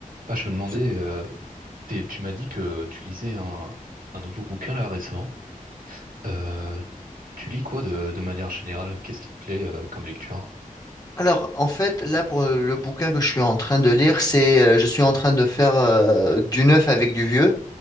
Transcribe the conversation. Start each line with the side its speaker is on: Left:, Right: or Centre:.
Right: Ah, je me demandais,
Left: Je-
Right: euh, t'es- tu m'as dit que tu lisais un, un nouveau bouquin là récemment. Euh, tu lis quoi de, de manière générale? Qu'est-ce qui te plaît euh, comme lecture?
Left: Alors, en fait, là, pour euh, le bouquin que je suis en train de lire, c'est, euh, je suis en train de faire euh, du neuf avec du vieux.